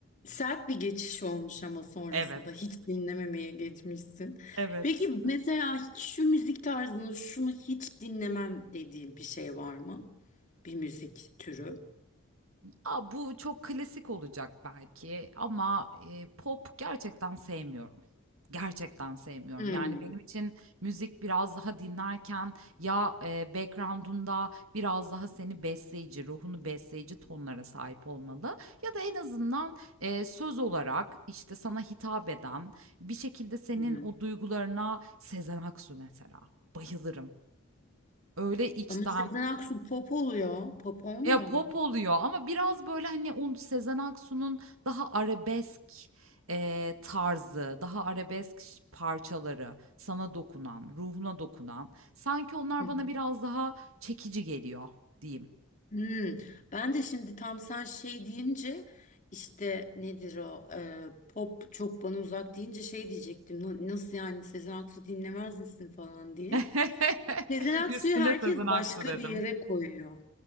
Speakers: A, on the left (about 35°); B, on the right (about 75°).
A: Sert bir geçiş olmuş ama sonrasında
B: Evet,
A: hiç dinlememeye geçmişsin.
B: evet.
A: Peki mesela şu müzik tarzını, şunu hiç dinlemem dediğin bir şey var mı? Bir müzik türü.
B: A, bu çok klasik olacak belki ama, eee, pop gerçekten sevmiyorum. Gerçekten sevmiyorum.
A: Hmm.
B: Yani, benim için müzik biraz daha dinlerken ya, eee, background'unda biraz daha seni besleyici, ruhunu besleyici tonlara sahip olmalı ya da en azından, eee, söz olarak, işte, sana hitap eden, bir şekilde senin
A: Hı hı.
B: o duygularına Sezen Aksu mesela, bayılırım. Öyle içten
A: Ama Sezen Aksu pop oluyor. Pop olmuyor
B: ya, pop
A: mu?
B: oluyor ama biraz, böyle, hani, o Sezen Aksu'nun daha arabesk, eee, tarzı, daha arabesk ş parçaları, sana dokunan, ruhuna dokunan, sanki onlar
A: Hı hı.
B: bana biraz daha çekici geliyor diyeyim.
A: Hmm. Ben de şimdi tam sen şey deyince işte nedir o e, pop çok bana uzak deyince şey diyecektim. "Na- Nasıl yani Sezen Aksu dinlemez misin falan diye.
B: <laughs>
A: Sezen Aksu'yu
B: Üstüne
A: herkes
B: Sezen
A: başka
B: Aksu dedim.
A: bir yere koyuyor.